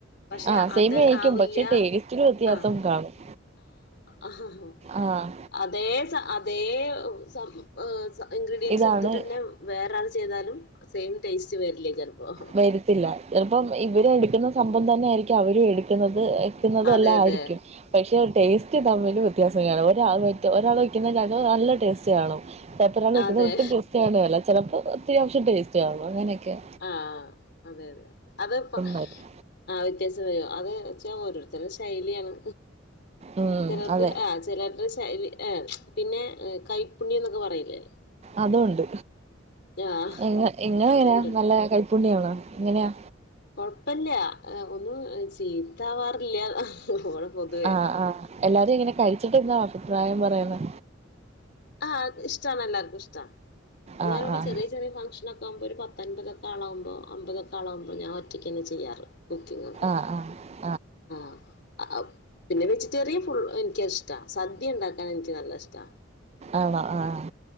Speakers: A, on the left; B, on the right.
A: പഷേ
B: ആഹ് സെയിം
A: അതൽ
B: ആയിരിക്കും
A: ആവില്ല
B: പക്ഷെ ടേസ്റ്റില് വ്യത്യാസം
A: ആഹ്
B: കാണും
A: ആഹ്
B: ആഹ്
A: അതേ സ അതേ സം ഏഹ് സ ഇൻഗ്രീഡിയൻസ്
B: ഇതാണ്
A: ഇട്ത്തിട്ടന്നെ വേറെ ഒരാള് ചെയ്താലും സെയിം ടേസ്റ്റ് വെര്ല്ല്യെ ചെലപ്പം
B: വരത്തില്ല ചെലപ്പം ഇവര് ഇട്ക്കുന്ന സംഭവം തന്നായിരിക്ക്യും അവരും എടുക്കുന്നത് എ ട്ട്ന്നത്
A: അതെ
B: വെല്ലോം
A: അതെ
B: ആയിരിക്കും പക്ഷേ ടേസ്റ്റ് തമ്മില് വ്യത്യാസം കാണും ഒരാള് <unintelligible> ഒരാള് വെക്ക്യുന്ന <unintelligible> നല്ല ടേസ്റ്റ് കാണും. മറ്റൊരാള് വെക്ക്യുന്നത്
A: അതെ
B: ഒട്ടും ടേസ്റ്റ് കാണേല ചെലപ്പം അത്യാവിശ്യം ടേസ്റ്റാവും അങ്ങനൊക്കെയാ
A: ആഹ് അതെ അതെ അത് പ
B: വരും
A: ആഹ് വ്യത്യാസം വരും അത്ച്ചാ ഓരോരുത്തരുടെ ശൈലിയാണ്
B: ഉം
A: ചെലർക്ക്
B: അതെ
A: ആഹ് ചേലേര്ടെ ശൈലി ഏഹ് പിന്നെ കൈപ്പുണ്യംന്നൊക്കെ പറയില്ലേ
B: അതുവുണ്ട്
A: ആഹ്
B: ഇങ്ങ ഇങ്ങളെ
A: അതുണ്ട്
B: എങ്ങനെയാ നല്ല കൈപ്പുണ്യാണോ എങ്ങനെയാ?
A: കൊഴപ്പല്ല ഏഹ് ഒന്നും ഏഹ് ചീത്ത ആവാറില്ല <unintelligible>
B: ആഹ് ആഹ് എല്ലാരും എങ്ങനെ കഴിച്ചിട്ട് എന്താ അഭിപ്രായം പറയുന്നെ?
A: ആഹ് അത് ഇഷ്ടാണ് എല്ലാർക്കും ഇഷ്ടാ
B: ആഹ്
A: ഞാന് ഇവടെ
B: ആഹ്
A: ചെറിയ ചെറിയ ഫംഗ്ഷനൊക്കാവുമ്പോ ഒരു പ ത്തൻമ്പതക്കാളവുമ്പോ അമ്പതൊക്കെ ആളാവുമ്പോ ഞാൻ ഒറ്റക്കന്നെ ചെയ്യാറ് കുക്കിങ്ങും
B: ആഹ് ആഹ്
A: ആഹ് ആഹ് ആഹ് പിന്നെ വെജിറ്റേറിയൻ ഫുൾ എനിക്ക്യ അഹ് ഇഷ്ടാ സദ്യ ഇണ്ടാക്കാനാ എനിക്ക്യ് നല്ല ഇഷ്ടാ
B: ആണോ ആഹ്